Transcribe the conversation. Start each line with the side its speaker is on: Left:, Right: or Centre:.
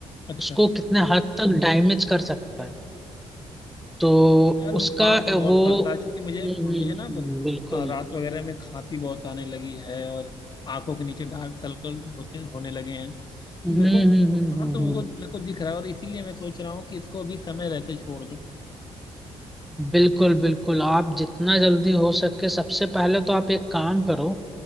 Left: अच्छा
Centre: उसको कितने हद तक डैमेज कर सकता है तो
Left: यार नुकसान
Centre: उसका
Left: तो बहुत
Centre: वो
Left: करता है क्योंकि मुझे
Centre: हम्म,
Left: मुझे
Centre: हम्म,
Left: ना
Centre: हम्म,
Left: ब-
Centre: बिल्कुल
Left: अ, रात वगैरह में खांसी बहुत आने लगी है और आंखों के नीचे डार्क सर्कल होते होने लगे हैं तो
Centre: हम्म
Left: मेरे
Centre: हम्म
Left: को नुकसान
Centre: हम्म हम्म,
Left: तो
Centre: हम्म।
Left: वो मेरे को दिख रहा है और इसीलिए मैं सोच रहा हूँ कि इसको अभी समय रहते छोड़ दूँ
Centre: बिल्कुल बिल्कुल आप जितना जल्दी हो सके सबसे पहले तो आप एक काम करो